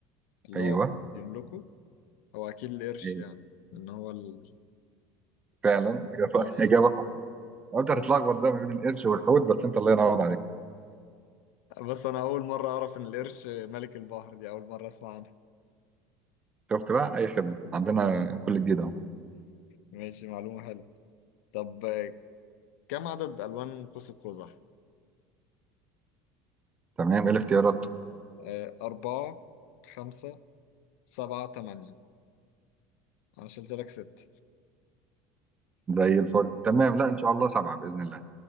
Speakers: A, on the left; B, on the right.
A: اللي
B: أيوه
A: هو بيملكه هو اكيد القرش
B: إيه،
A: يعني ان هو ال-
B: فعلا إجابة
A: المتوحش
B: <laughs> إجابة قلت
A: طب،
B: هتتلخبط بقى ما بين القرش والحوت بس انت الله ينور عليك
A: بس انا اول مرة اعرف ان القرش ملك البحر دي اول مرة اسمع عنها
B: شفت بقى اي خدمه عندنا كل جديد اهو
A: ماشي معلومة حلوة طب كم عدد ألوان قوس قزح؟
B: تمام ايه الاختيارات
A: آه، أربعة خمسة سبعة تمانية أنا شلت لك ست
B: زي الفل تمام لا ان شاء الله سبعه باذن الله